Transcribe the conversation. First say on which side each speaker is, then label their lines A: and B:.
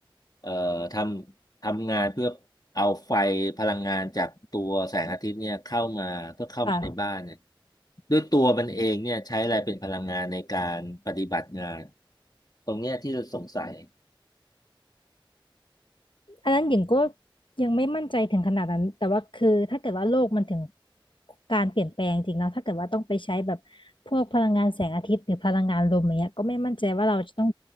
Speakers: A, on the left; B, on the left.
A: เอ่อทำทำงานเพื่อเอาไฟพลังงานจากตัวแสงอาทิตย์เนี่ยเข้ามาเพื่อเข้ามาในบ้านเนี่ย
B: ค่ะ
A: ด้วยตัวมันเองเนี่ยใช้อะไรเป็นพลังงานในการปฏิบัติงานตรงเนี้ยที่เราสงสัย
B: อันนั้นหญิงก็ยังไม่มั่นใจถึงขนาดนั้นแต่ว่าคือถ้าเกิดว่าโลกมันถึงการเปลี่ยนแปลงจริงเนาะถ้าเกิดว่าต้องไปใช้แบบพวกพลังงานแสงอาทิตย์หรือพลังงานลมอย่างเงี้ยก็ไม่มั่นใจว่าเราจะต้อง